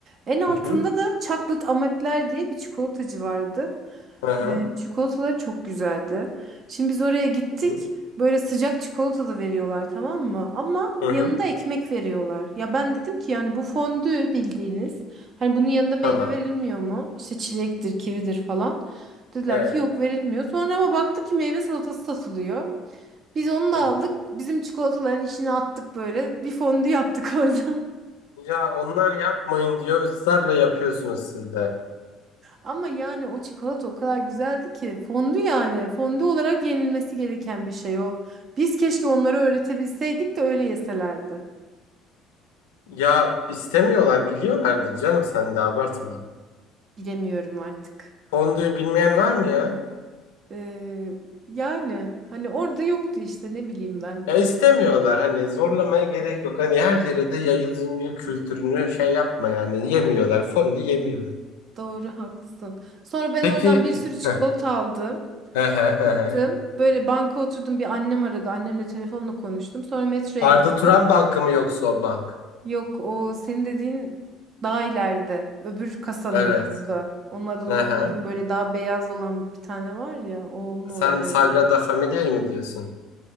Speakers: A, on the right; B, on the left.
A: En altında
B: Hı hı.
A: da Chocolate Amatler diye bir çikolatacı vardı.
B: Aha,
A: Ee, çikolataları çok güzeldi. Şimdi biz oraya gittik.
B: Hı hı.
A: Böyle sıcak çikolatalı veriyorlar tamam mı? Ama
B: Hı
A: yanında
B: hı.
A: ekmek veriyorlar. Ya ben dedim ki yani bu fondü bildiğiniz. Hani bunun yanında meyve
B: Tamam.
A: verilmiyor mu? İşte çilektir, kividir falan. Dediler
B: Ee, hı
A: ki yok verilmiyor. Sonra ama baktık ki meyve salatası satılıyor. Biz onu da
B: hı.
A: aldık. Bizim çikolataların içine attık böyle. Bir fondü yaptık orada. <laughs>
B: Ya onlar yapmayın diyor. ısrarla yapıyorsunuz siz de.
A: Ama yani o çikolata o kadar güzeldi ki fondü yani fondü olarak yenilmesi gereken bir şey o. Biz keşke onları öğretebilseydik de öyle yeselerdi.
B: Ya istemiyorlar biliyorlardır canım sen de abartma.
A: Bilemiyorum artık.
B: Fondüyü bilmeyen var mı ya?
A: Ee, yani hani orada yoktu işte ne bileyim ben.
B: Ya istemiyorlar hani zorlamaya gerek yok. Hani her yere de yayılımcı kültürünü şey yapma yani. Yemiyorlar fondü yemiyorlar.
A: Doğru haklısın. Sonra ben
B: Peki
A: oradan bir sürü çikolata
B: Heh,
A: aldım.
B: he he he
A: Çıktım.
B: he.
A: Böyle banka oturdum bir annem aradı. Annemle telefonla konuştum. Sonra metroya
B: Arda
A: gittim.
B: Turan Bankı mı yoksa o bank?
A: Yok o senin dediğin daha ileride. Öbür kasanın
B: Evet.
A: da. Onun adını
B: Hı
A: unuttum.
B: hı.
A: Böyle daha beyaz olan bir tane var ya. O onun oradaydı.
B: Sen Sagrada Familia'yı mı diyorsun?